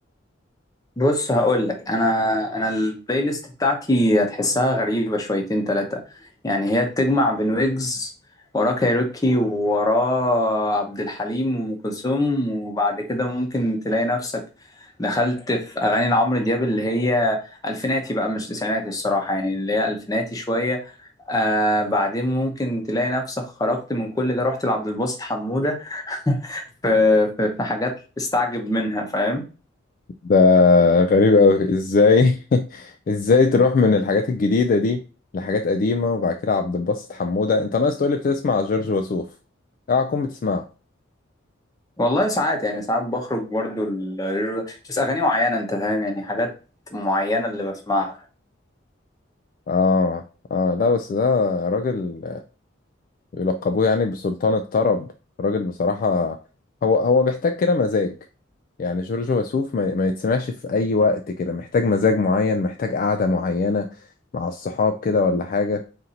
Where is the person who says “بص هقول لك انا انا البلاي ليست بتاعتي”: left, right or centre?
Left